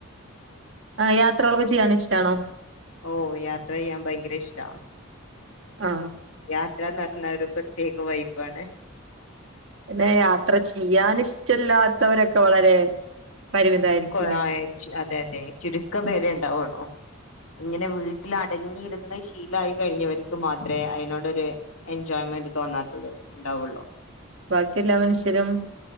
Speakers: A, on the right; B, on the left.
A: ആ യാത്രകളൊക്കെ ചെയ്യാൻ ഇഷ്ടാണോ?
B: ഓ യാത്ര ചെയ്യാൻ ഭയങ്കര ഇഷ്ടാ.
A: ആ
B: യാത്രന്ന് പറഞ്ഞ ഒരു പ്രത്യേക വൈബാണ്
A: പിന്നെ യാത്ര ചെയ്യാൻ ഇഷ്ടല്ലാത്തവരൊക്കെ വളരെ- പരിമിതായിരിക്കുംല്ലേ
B: കൊ അതെ അതെ ചുരുക്കം പേരെ ഉണ്ടാവുള്ളോ.
A: ഉ
B: ഇങ്ങനെ വീട്ടിൽ അടങ്ങിയിരുന്ന് ശീലായി കഴിഞ്ഞവർക്ക് മാത്രമേ അതിനോടൊരു എൻജോയ്മെന്റ് തോന്നാത്തത് ഉണ്ടാവുള്ളോ.
A: ബാക്കി എല്ലാ മനുഷ്യരും